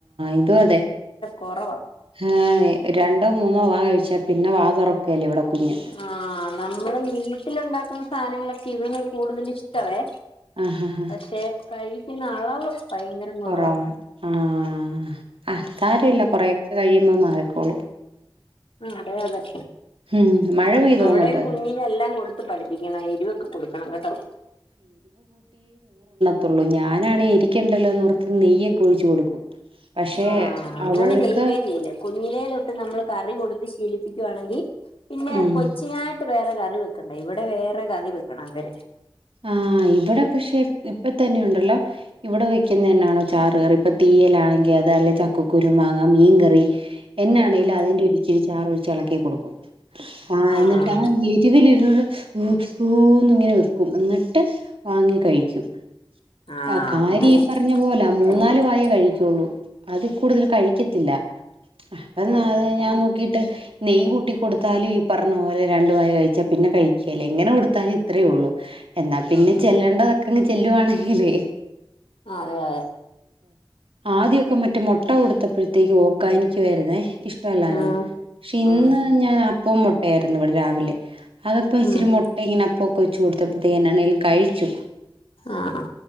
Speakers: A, on the right (about 85°); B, on the left (about 85°).
A: ഇതും അതെ
B: കുറവാ
A: ആ രണ്ടോ മൂന്നോ വാ കഴിച്ച പിന്നെ വാതൊറക്കേല ഇവിടെ കുഞ്ഞ്
B: ആ നമ്മള് വീട്ടില് ഉണ്ടാക്കുന്ന സാധനങ്ങളൊക്കെ ഇവനും കൂടുതൽ ഇഷ്ട്ടവേ
A: ആഹ് ഹ ഹ
B: പക്ഷെ കഴിക്കുന്ന അളവ് ഭയങ്കര കുറവാ
A: കൊറവാണ് ആഹ് ആഹ് സാരമില്ല കൊറേയൊക്കെ കഴിയുമ്പോ മാറിക്കോളും
B: അതെ അതെ
A: ഉം മഴ പെയ്തോ
B: അവിടെയും
A: അങ്ങോട്ട്
B: കുഞ്ഞിനു എല്ലാം കൊടുത്ത് പഠിപ്പിക്കണം എരിവൊക്കെ കൊടുക്കണം കേട്ടോ
A: തോള്ളൂ ഞാനാണേ എരിക്കണ്ടല്ലോ എന്ന് ഓർത്ത് നെയ്യൊക്കെ ഒഴിച്ച് കൊടുക്കും പക്ഷെ
B: ആ അങ്ങനെ
A: അവൾക്ക്
B: ചെയ്യുവേ ചെയ്യല് കുഞ്ഞിലെ തൊട്ട് നമ്മള് കറി കൊടുത്ത് ശീലിപ്പി വാണെങ്കിൽ പിന്നെ
A: ഉം
B: കൊച്ചിനായിട്ട് വേറെ കറി വെക്കണ്ടാരു ഇവിടെ വേറെ കറി വെക്കണം അവന്
A: ആ ഇവിടെ പക്ഷെ ഇപ്പം തന്നെ ഉണ്ടല്ലോ ഇവിടെ വെക്കുന്നെ എന്നാണോ ചാറുകറി ഇപ്പൊ തീയലാണെങ്കിൽ അത് അല്ലെ ചക്കക്കുരു, മാങ്ങ, മീൻകറി എന്നാണെലും
B: ഉം
A: അതിന്റെ ഒര് ഇച്ചിരി ചാറ് ഒഴി ഇളക്കി കൊടുക്കും. ആ
B: ആഹ്
A: എന്നിട്ടാ എരുവില് ഉ ഉ ഉ ഊന്നിങ്ങനെ വെക്കും. എ എന്നിട്ട് വാങ്ങി കഴിക്കും,
B: ആഹ്
A: ആ കാരി
B: അങ്ങനെ
A: ഈ പറഞ്ഞ പോല മൂന്നാല്
B: കഴിക്കണം
A: വായെ കഴിക്കുള്ളൂ. ഉം അതി കൂടുതല് കഴിക്കത്തില്ല അന്നാത്
B: ആഹ് ആഹ് അതാണ്
A: ഞാൻ നോക്കിട്ട് നെയ്യ് കൂട്ടി കൊടുത്താലും ഈ പറഞ്ഞ പോലെ രണ്ടു വായ കഴിച്ചാൽ പിന്നെ കഴിക്കേല്ല എങ്ങനെ കൊടുത്താലും ഇത്രേ ഉള്ളൂ. എന്നാ പിന്നെ
B: ഉം
A: ചെല്ലേണ്ടതൊക്കെ അങ്ങ് ചെല്ലുവാണെങ്കിലേ
B: അതെ അതെ.
A: ആദ്യൊക്കെ മറ്റേ മൊട്ട കൊടുത്തപ്പോഴത്തേക്ക് ഓക്കാനിക്കുവായിരുന്നേ ഇഷ്ടമല്ലായിരുന്നു
B: ഉം
A: പക്ഷെ ഇന്ന്
B: ഉം
A: ഞാൻ അ പ്പോം, മൊട്ടെയായിരുന്നുവിടെ. രാവിലെ അതപ്പോ ഇച്ചിരി
B: ഉം
A: മൊട്ട ഇങ്ങനെ അപ്പൊക്കെ വെച്ചു കൊടുത്ത ത്ത് ഇങ്ങനെ എന്തേലും കഴിച്ചു മ്
B: ആഹ്